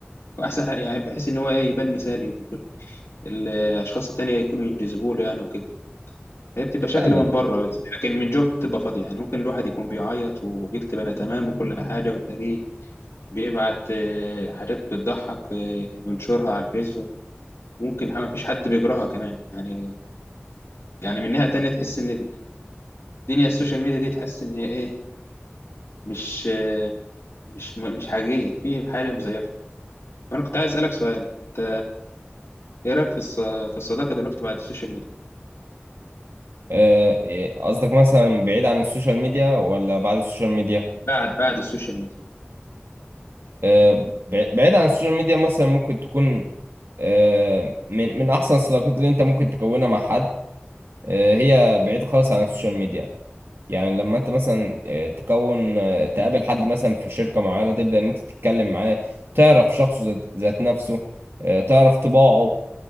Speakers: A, on the left; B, on the right.
A: واحسن حاجة يعني بحيث ان هو ايه يبان مثالي بيكون الاشخاص التانية يكونوا ينجذبوا له يعني وكده هي بتبقى شكل
B: فعلا
A: من بره بس لكن من جوه بتبقى فاضية يعني ممكن الواحد يكون بيعيط وبيكتب انا تمام وكل حاجة وتلاقيه بيبعت آه، حاجات بتضحك آه، ينشرها على الفيسبوك ممكن ما فيش حد بيقراها كمان يعني يعني من ناحية تانية تحس ان الدنيا السوشيال ميديا دي تحس ان ايه مش مش مش حقيقية في حاجة مزيفة وأنا كنت عايز أسألك سؤال أنت إيه رأيك في الص- في الصداقة دلوقتي بعد السوشيال ميديا
B: آه، إيه، قصدك مثلا بعيد عن السوشيال ميديا ولا بعد السوشيال ميديا
A: بعد بعد السوشيال ميديا
B: آه، بع- بعيد عن السوشيال ميديا مثلا ممكن تكون آه، من من احسن الصداقات اللي انت ممكن تكونها مع حد آه، هي بعيد خالص عن السوشيال ميديا يعني لما انت مثلا آه، تكون آه، تقابل حد مثلا في شركة معينة تبدأ ان انت تتكلم معاه تعرف شخصه ذات ذات نفسه آه، تعرف طباعه